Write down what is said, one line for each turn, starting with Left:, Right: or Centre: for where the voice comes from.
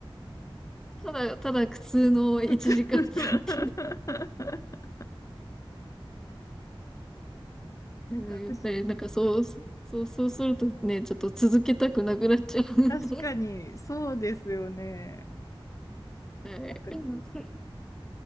Centre: ただ、ただ苦痛の1時間だったので。
Left: <laughs> なんか私、
Centre: うんやっぱりなんかそう、そう、そうするとね、ちょっと続けたくなくなっちゃうんで。
Left: 確かに、そうですよね。
Centre: <laughs> はい。
Left: なんか
Centre: <laughs>